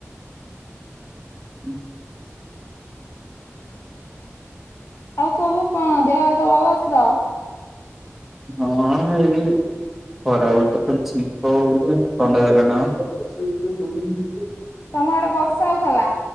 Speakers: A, in the centre; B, on the left.
A: ଉଁ।
B: ଆଉ ସବୁ କଣ ଦେହ ହାତ ଭଲ ଅଛି ତ?
A: ହଁ ହେଲେ ଇଏ ଖରା ବେଳଟା ଖାଲି ଛିଙ୍କ ହୋଉଛି ଥଣ୍ଡା ଧଇଲା ନା କଣ?
B: ତମ ଆଡେ ବର୍ଷା ହଉଥିଲା?